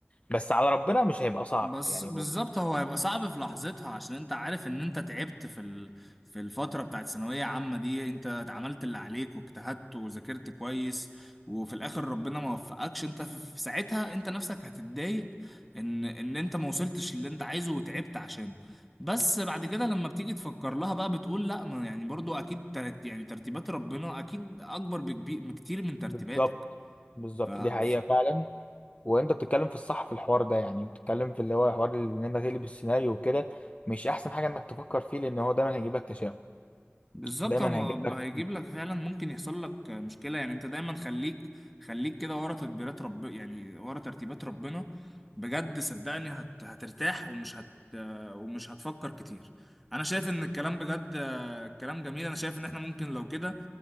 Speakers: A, on the left; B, in the centre.
A: بس على ربنا مش هيبقى صعب
B: بس
A: يعني
B: بالظبط
A: هو-
B: هو هيبقى صعب في لحظتها عشان انت عارف ان انت تعبت في ال... في الفترة بتاعت ثانوية عامة دي انت اتعملت اللي عليك واجتهدت وذاكرت كويس وفي الاخر ربنا ما وفقكش انت في في ساعتها انت نفسك هتتضايق ان ان انت ما وصلتش اللي انت عايزه وتعبت عشانه بس بعد كده لما بتيجي تفكر لها بقى بتقول لا ما يعني برضو اكيد ترت... يعني ترتيبات ربنا اكيد اكبر بكبير بكتير من ترتيباتك
A: بالظبط بالظبط
B: ف...
A: دي حقيقه
B: ف...
A: فعلا وانت بتتكلم في الصح في الحوار ده يعني بتتكلم في اللي هو حوار ان انت تقلب السيناريو وكده مش احسن حاجه انك تفكر فيه لان هو دايما هيجيب لك تشاؤم
B: بالظبط
A: دايما
B: هو
A: هيجيب لك
B: هيجيب لك فعلا ممكن يحصل لك مشكلة يعني انت دايما خليك خليك كده ورا تدبيرات رب يعني ورا ترتيبات ربنا بجد صدقني هت... هترتاح ومش هت ومش هتفكر كتير انا شايف ان الكلام بجد الكلام جميل انا شايف ان احنا ممكن لو كده